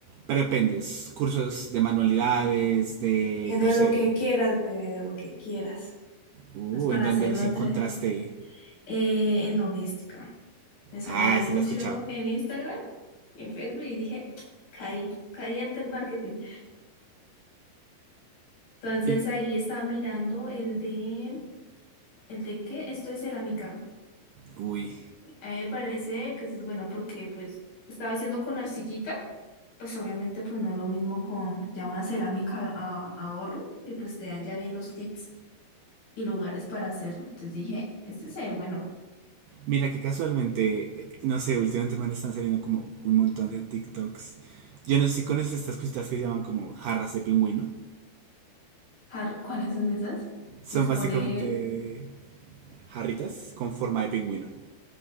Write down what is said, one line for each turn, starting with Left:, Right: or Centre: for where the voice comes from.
Right: prependes, cursos de manualidades, de
Left: Eh,
Right: no
Left: de
Right: sé.
Left: lo que quieras, bebé, de lo que quieras.
Right: Uh,
Left: Es para
Right: ¿en dónde
Left: hacerlo
Right: los
Left: entre
Right: encontraste?
Left: eh, en doméstica. Me salió
Right: Ah,
Left: el anuncio
Right: sí, la he escuchado.
Left: en Instagram y en Facebook y dije, caí, caí ante el marketing. Entonces
Right: Y,
Left: ahí estaba mirando el de, ¿el de qué? Esto es cerámica.
Right: uy,
Left: A mí me parece que eso es bueno porque pues estaba haciendo con arcillita, pues obviamente pues no es lo mismo con ya una cerámica a, a horno y pues te dan ya bien los tips. y lugares para hacerlo. Entonces dije, este se ve bueno.
Right: mira que casualmente, eh, no sé, últimamente me están saliendo como un montón de TikToks. Yo no sé si conoces estas cositas que se llaman como jarras de pingüino.
Left: Jar- ¿Cuáles son esas?
Right: Son
Left: ¿Les
Right: básicamente
Left: pone,
Right: jarritas con forma de pingüino.